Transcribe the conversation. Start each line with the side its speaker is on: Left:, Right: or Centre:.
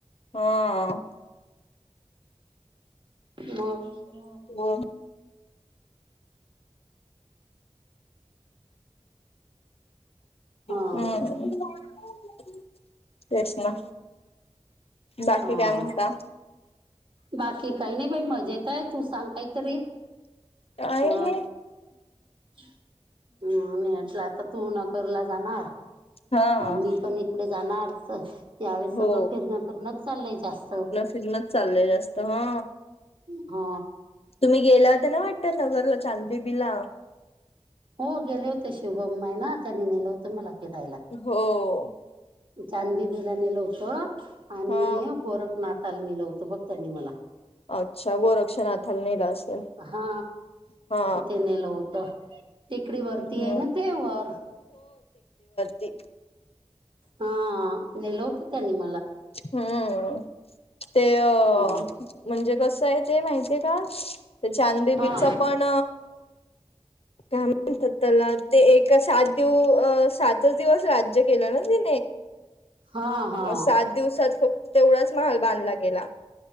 Left: हा
Right: मग
Left: <unintelligible>
Right: हा
Left: हम्म तेच ना बाकी
Right: हा
Left: काय म्हणता
Right: बाकी काही नाही बाई मजेत हाय, तू सांग काहीतरी
Left: काय
Right: अ
Left: नाही
Right: <unintelligible> तू नगरला जाणार
Left: हा
Right: मी पण इकडे जाणारच यावेळेस
Left: हो
Right: सगळं फिरणं फिरणंच चाललंय जास्त
Left: सिजनच चाललय जास्त ह
Right: हा
Left: तुम्ही गेला तर ना वाटतात नजरला चांददीि बीला
Right: हो गेले होते शिवभम्माई ना त्यांनी नेलं होतं मला फिरायला
Left: हो
Right: चांदबिबीला नलवत आणि
Left: हा
Right: गोरखनाताल निलवत बघ त्यानी मला
Left: अच्छा गोरक्षनाथाला नला असेल
Right: हा
Left: हा
Right: तिथे नेलं होत टेिकडी
Left: हम्म
Right: वरती आहे ना ते वर
Left: ते
Right: हा नल होत त्यांनी मला
Left: हम्म ते अ
Right: हा
Left: म्हणजे कसं आहे ते माहितीय आहे का तर चांदी
Right: हा
Left: बीच पण का म्हणतात त्याला ते एक सात दिव अ सातच दिवस राज्य केलं ना ती
Right: हा हा
Left: मग सात दिवसात फक्त तेवढाच महाल बांधला गेला